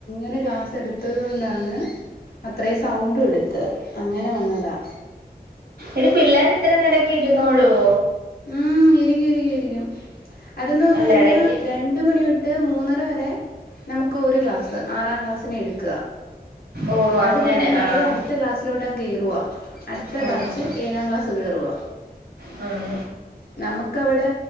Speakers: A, on the left; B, on the right.
A: ഇന്ന് ക്ലാസ്സെടുത്തത്കൊണ്ടാണ് അത്രേം സൗണ്ടും ഇട്ത്തെ അങ്ങനെ വന്നതാ
B: എടി പിള്ളേര് ഇത്രേം നേരോക്കെ ഇരുന്നോളുവോ
A: ഉം ഇരിക്കു ഇരിക്കു ഇരിക്കും അതെന്നു പർഞ്ഞുകഴിഞ്ഞ
B: അല്ല എടക്ക്
A: രണ്ട് മണിയൊട്ട് മൂന്ന് ട്ട് വരെ നമുക്ക് ക്ക് ഒരു ക്ലാസ്സ്‌ ആറാം ക്ലാസ്സിനെ എട് ക്ക
B: ഓഹ്
A: അത്
B: അങ്ങനെ
A: കഴിഞ്ഞ് നേരെ
B: ആഹ്
A: അട്ത്ത ക്ലാസിലോ ട്ടം കേറുവാ അടുത്ത
B: ആഹ്
A: ബാച്ച്
B: ഹാ ഹാ
A: ഏഴാം ക്ലാസ്സ്‌ കേറുവാ
B: ഉം
A: നമുക്ക് അവിടെ